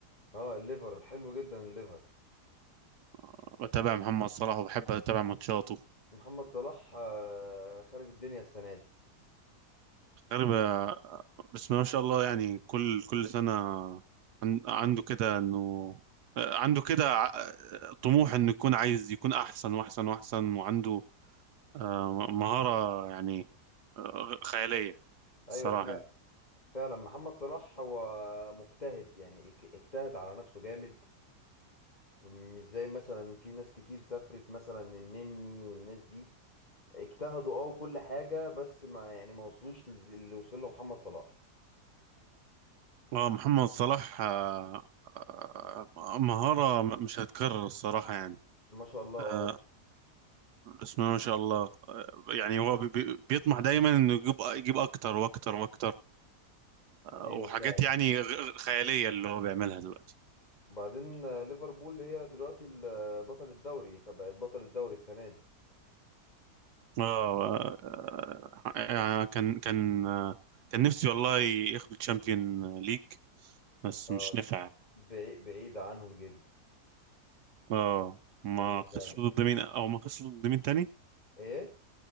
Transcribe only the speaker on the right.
آه، بتابع محمد صلاح وبحب أتابع ماتشاته
غريبة بس ما شاء الله يعني كل كل سنة عن- عنده كده انه عنده كده ع- طموح انه يكون عايز يكون احسن واحسن واحسن وعنده آه، مهارة يعني آه، خيالية
الصراحة
يعني
اه محمد صلاح آه، آه، مهارة م- مش هتكرر الصراحة يعني
آه، بسم الله ما شاء الله آه، يعني هو بي- بي- بيطمح دايما انه يجيب يجيب اكتر واكتر واكتر آه،
وحاجات
يعني غ- غ- خيالية اللي هو بيعملها دلوقتي
اه آه، يعني كان كان آه، كان نفسي والله ياخدوا تشامبيون ليج بس
مش نفع
اه ما
خسروا
ضد مين او ما خسروا ضد مين تاني